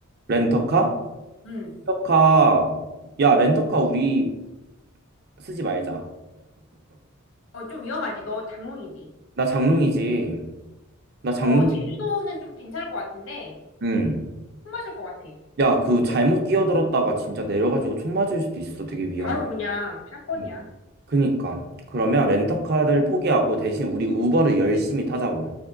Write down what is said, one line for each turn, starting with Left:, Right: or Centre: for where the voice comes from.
Right: 렌터카?
Left: 응.
Right: 렌터카. 야, 렌터카 우리 쓰지 말자.
Left: 어, 좀 위험하지. 너 장롱이지.
Right: 나 장롱이지. 나 장롱.
Left: 어, 제주도는 좀 괜찮을 것 같은데
Right: 응.
Left: 숨 맞을 것 같아.
Right: 야, 그 잘못 끼어들었다가 진짜 내려가지고 총 맞을 수도 있어. 되게 위험해.
Left: 바로 그냥 샷건이야.
Right: 음. 그니까. 그러면 렌터카를 포기하고 대신 우리 우버를 열심히 타자고.